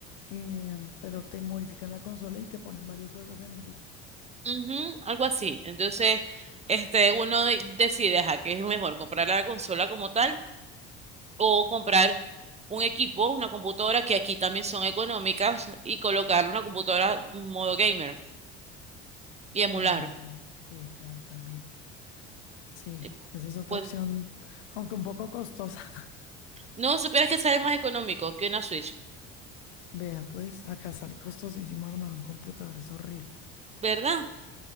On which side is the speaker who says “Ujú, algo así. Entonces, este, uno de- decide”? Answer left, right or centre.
Right